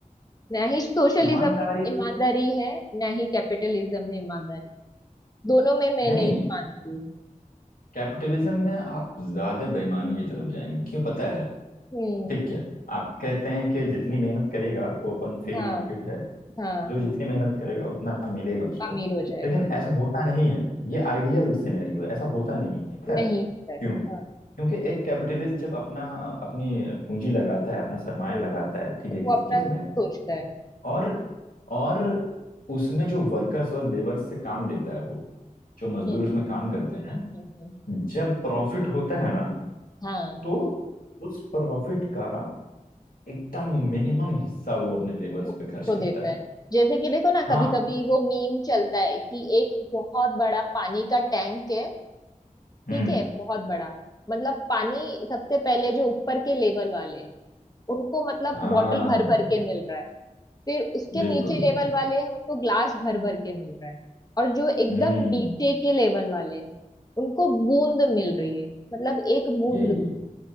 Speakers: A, on the left (about 25°); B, on the left (about 90°).
A: ना ही सोशलिज्म
B: ईमानदारी
A: में ईमानदारी है ना ही कैपिटलिज्म में ईमानदारी दोनों में मैं
B: नहीं
A: नहीं मानती हूँ
B: कैपिटलिज्म में आप ज्यादा बेईमानी की तरफ जाएंगे क्यों पता है
A: हम्म
B: ठीक है आप कहते हैं कि जितनी मेहनत करेगा वो अपन फ्री
A: हाँ
B: मार्केट है
A: हाँ
B: जो जितनी मेहनत करेगा उतना मिलेगा उसको
A: अमीर हो जाएगा
B: लेकिन ऐसा
A: हाँ
B: होता नहीं है ये आइडियल सिनेरियो है ऐसा होता
A: हम्म,
B: नहीं है पता है
A: नहीं होता है
B: क्यों क्योंकि
A: हाँ
B: एक कैपिटलिस्ट जब अपना अपनी पूंजी लगाता है अपना सरमाया
A: हम्म
B: लगाता है ठीक
A: तो
B: है किसी
A: वो अपना
B: चीज में
A: सोचता है
B: और और उसमें जो वर्कर्स और लेबर से काम
A: हम्म
B: लेता
A: हम्म
B: है वो जो मजदूर
A: हम्म
B: उसमें काम करते
A: हम्म, हम्म, हम्म,
B: हैं जब प्रॉफिट होता है ना
A: हाँ
B: तो उस प्रॉफिट का एकदम मिनिमम हिस्सा वो अपने लेबर्स
A: वो
B: पे
A: उसको
B: खर्च करता
A: देता
B: है
A: है जैसे कि देखो ना
B: हाँ
A: कभी कभी वो मीम चलता है कि एक बहुत बड़ा पानी का टैंक है
B: हम्म
A: ठीक है बहुत बड़ा मतलब पानी सबसे पहले जो ऊपर के लेवल वाले उनको मतलब
B: हाँ
A: बॉटल भर भर के मिल रहा है फिर उसके
B: बिल्कुल
A: नीचे
B: बिल्कुल
A: लेवल वाले हैं उनको ग्लास भर भर के मिल रहा है और जो एकदम
B: हम्म
A: नीचे के लेवल वाले हैं उनको बूंद मिल रही है मतलब एक बूंद
B: यही
A: में
B: यही